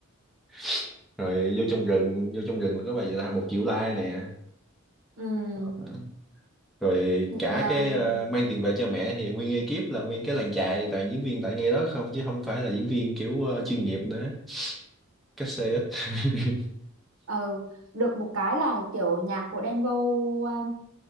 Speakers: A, in the centre; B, on the right.
A: <laughs> rồi vô trong rừng vô trong rừng là có bài gì ta một triệu like nè
B: Ừm,
A: Đó. rồi
B: em,
A: cả cái ờ, mang tiền về cho mẹ thì nguyên ekip là nguyên cái làng chài toàn diễn viên tại ngay đó không chứ không phải là diễn viên kiểu ờ, chuyên nghiệp nữa cách xe ít <laughs>
B: ờ, Được một cái là kiểu nhạc của Đen Vâu à,